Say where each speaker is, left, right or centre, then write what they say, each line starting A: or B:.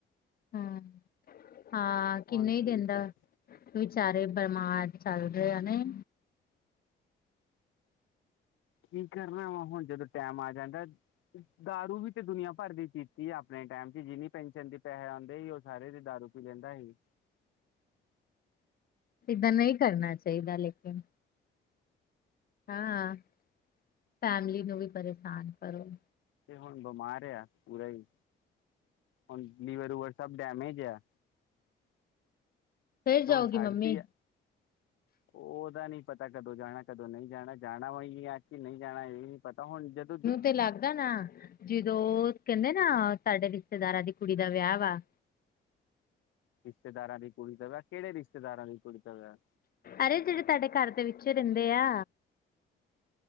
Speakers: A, on the left (about 50°); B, on the left (about 80°).
A: ਹਾਂ, ਹਾਂ, ਕਿੰਨੇ
B: ਹੁਣ
A: ਹੀ
B: ਠੀਕ
A: ਦਿਨਦਾ
B: ਹੈ
A: ਵਿਚਾਰੇ ਬਮਾਰ ਚੱਲ ਰਹੇ ਆ, ਨਹੀਂ।
B: ਕੀ ਕਰਨਾ ਵਾ, ਹੁਣ ਜਦੋਂ ਟੈਮ ਆ ਜਾਂਦਾ। ਦਾਰੂ ਵੀ ਤੇ ਦੁਨੀਆਂ ਭਰ ਦੀ ਪੀਤੀ ਆਪਣੇ ਟਾਈਮ'ਚ, ਜਿੰਨੀ ਪੈਨਸ਼ਨ ਦੇ ਪੈਹੇ ਆਂਦੇ ਹੀ, ਉਹ ਸਾਰੇ ਦੇ ਦਾਰੂ ਕੋਈ ਲੈਂਦਾ ਹੀ।
A: ਇਹਦਾਂ ਨਹੀਂ ਕਰਨਾ ਚਾਹੀਦਾ, ਲੇਕੀਨ। ਹਾਂ, ਫੈਮਲੀ ਨੂੰ ਵੀ ਪਰੇਸਾਨ ਕਰੋ।
B: ਤੇ ਹੁਣ, ਬਮਾਰ ਯਾ ਪੂਰਾ ਹੀ, ਹੁਣ ਲੀਵਰ-ਲੂਵਰ ਸਭ ਡੈਮੇਜ ਆ।
A: ਫਿਰ ਜਾਊਗੀ
B: ਹੁਣ ਛੱਡਤੀ
A: ਮੰਮੀ
B: ਆ, ਉਹਦਾ ਨਹੀਂ ਪਤਾ ਕਦੋਂ ਜਾਣਾ, ਕਦੋਂ ਨਹੀਂ। ਜਾਣਾ, ਜਾਣਾ ਵੲਈ ਕੇ ਨਹੀਂ ਜਾਣਾ, ਇਹ ਵੀ ਨਹੀਂ ਪਤਾ ਹੁਣ ਜਦੋਂ
A: ਤੇ ਲੱਗਦਾ ਨਾ ਜਿਦੋ ਕਹਿੰਦੇ ਨਾ, ਸਾਡੇ ਰਿਸ਼ਤੇਦਾਰਾਂ ਦੀ ਕੁੜੀ ਦਾ ਵਿਆਹ ਵਾ।
B: ਰਿਸ਼ਤੇਦਾਰਾਂ ਦੀ ਕੁੜੀ ਦਾ ਵਾ, ਕਿਹੜੇ ਰਿਸ਼ਤੇਦਾਰਾਂ ਦੀ ਕੁੜੀ ਦਾ ਵਾ?
A: ਅਰੇ, ਜਿਹੜੇ ਤੁਹਾਡੇ ਘਰ ਦੇ ਵਿੱਚੇ ਰਹਿੰਦੇ ਆ।